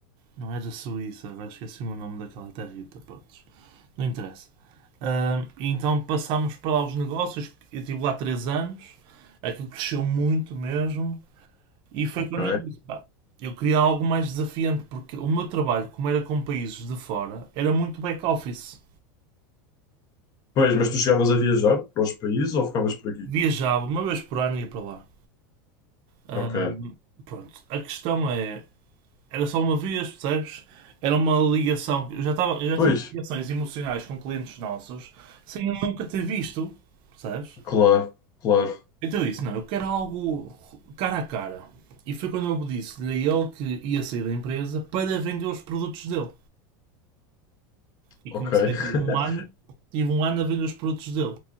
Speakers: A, on the right; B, on the left.
A: não era Suíça, agora esqueci-me o nome daquela territa, pronto, não interessa. Hum, então passámos para lá os negócios, eu estive lá 3 anos, aquilo cresceu muito mesmo e foi
B: ok.
A: quando eu disse, pá, eu queria algo mais desafiante, porque o meu trabalho, como era com países de fora, era muito back-office.
B: Pois, mas tu chegavas a viajar para os países ou ficavas por aqui?
A: Viajava uma vez por ano e ia para lá. Ahm,
B: Ok.
A: pronto, a questão é, Era só uma vez, percebes? Era uma ligação. Eu já, tava, eu já
B: Pois,
A: tinha ligações emocionais com clientes nossos sem eu nunca ter visto, percebes?
B: claro, claro,
A: Então eu disse: não, eu quero algo cara a cara. E foi quando eu disse-lhe a ele que ia sair da empresa para vender os produtos dele. E
B: ok.
A: comecei,
B: <laughs>
A: tive um ano, tive um ano a vender os produtos dele.